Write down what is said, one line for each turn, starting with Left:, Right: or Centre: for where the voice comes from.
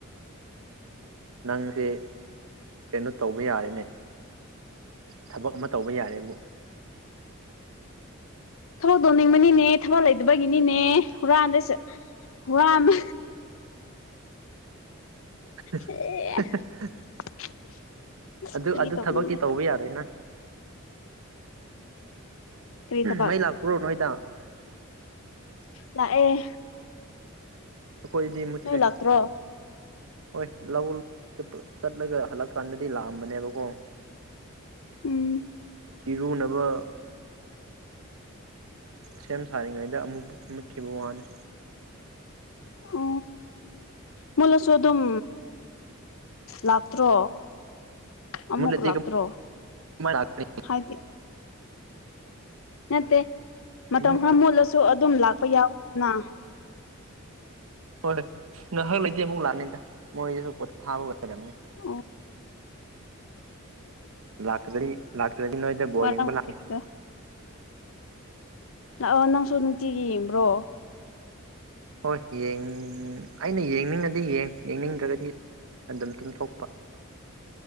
Right: ꯅꯪꯁꯦ ꯀꯩꯅꯣ ꯇꯧꯕ ꯌꯥꯔꯦꯅꯦ ꯊꯕꯛ ꯑꯃ ꯇꯧꯕ ꯌꯥꯔꯦꯕꯨ
Left: ꯊꯕꯛ ꯇꯧꯅꯤꯡꯕꯅꯤꯅꯦ ꯊꯕꯛ ꯂꯩꯇꯕꯒꯤꯅꯤꯅꯦ ꯍꯨꯔꯥꯟꯗꯩꯁꯦ ꯍꯨꯔꯥꯟ
Right: <inaudible>
Left: ꯑꯦ <inaudible>
Right: ꯑꯗꯨ
Left: ꯐꯥꯒꯤ
Right: ꯑꯗꯨ
Left: ꯇꯧꯕꯅꯤꯗ
Right: ꯊꯕꯛꯇꯤ ꯇꯧꯕ ꯌꯥꯔꯣꯏ ꯅꯪ
Left: ꯀꯔꯤ ꯊꯕꯛ
Right: ꯃꯩ ꯂꯥꯛꯄ꯭ꯔꯣ ꯅꯣꯏꯗ
Left: ꯂꯥꯛꯑꯦ
Right: ꯑꯩꯈꯣꯏꯗꯤ ꯃꯨꯠꯈ꯭ꯔꯦ
Left: ꯅꯣꯏ ꯂꯥꯛꯇ꯭ꯔꯣ
Right: ꯍꯣꯏ ꯂꯥꯛꯎ ꯄ ꯆꯠꯂꯒ ꯍꯜꯂꯛꯀꯥꯟꯗꯗꯤ ꯂꯥꯛꯑꯝꯕꯅꯦꯕꯀꯣ
Left: ꯎꯝ
Right: ꯏꯔꯨꯅꯕ ꯁꯦꯝ ꯁꯥꯔꯤꯉꯩꯗ ꯑꯃꯨꯛ ꯃꯨꯠꯈꯤꯕ ꯋꯥꯅꯤ
Left: ꯑꯣ ꯃꯨꯠꯂꯁꯨ ꯑꯗꯨꯝ ꯂꯥꯛꯇ꯭ꯔꯣ ꯑꯃꯨꯛ
Right: ꯃꯨꯠꯂꯗꯤ
Left: ꯂꯥꯛꯇ꯭ꯔꯣ
Right: ꯀꯃꯥꯏ ꯂꯥꯛꯀꯅꯤ
Left: ꯍꯥꯏꯗꯤ ꯅꯠꯇꯦ ꯃꯇꯝ
Right: ꯑꯃꯨꯛ
Left: ꯈꯔ ꯃꯨꯠꯂꯁꯨ ꯑꯗꯨꯝ ꯂꯥꯛꯄ ꯌꯥꯎꯋꯤꯗꯅ
Right: ꯍꯣꯏ ꯉꯥꯏꯍꯥꯛ ꯂꯩꯇꯦ ꯑꯃꯨꯛ ꯂꯥꯛꯑꯅꯤꯗ ꯃꯣꯏꯗꯁꯨ ꯄꯣ ꯊꯥꯕ ꯑꯣꯏꯕꯅꯦ
Left: ꯑꯣ
Right: ꯂꯥꯛꯇ꯭ꯔꯗꯤ ꯂꯥꯛꯇ꯭ꯔꯗꯤ ꯅꯣꯏꯗ ꯕꯣꯜ
Left: ꯋꯥꯔꯝꯒꯅꯤꯗ
Right: ꯌꯦꯡꯕ ꯂꯥꯛꯀꯦ
Left: ꯂꯛꯑꯣ ꯅꯪꯁꯨ ꯅꯨꯡꯇꯤꯒꯤ ꯌꯦꯡꯕ꯭ꯔꯣ
Right: ꯍꯣꯏ ꯌꯦꯡ ꯑꯩꯅ ꯌꯦꯡꯅꯤꯡꯉꯗꯤ ꯌꯦꯡ ꯌꯦꯡꯅꯤꯡꯗ꯭ꯔꯒꯗꯤ ꯑꯗꯨꯝ ꯇꯨꯝꯊꯣꯛꯄ